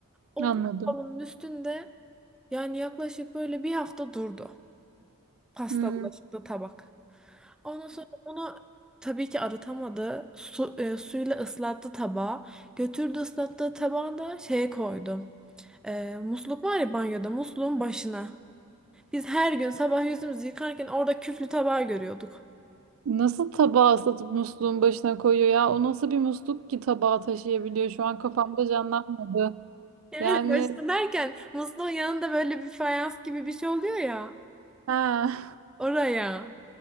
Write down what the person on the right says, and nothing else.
Anladım.
Hmm.
Nasıl tabağı ıslatıp musluğun başına koyuyor ya? O nasıl bir musluk ki tabağı taşıyabiliyor? Şu an kafamda canlanmadı.
Yani
ha.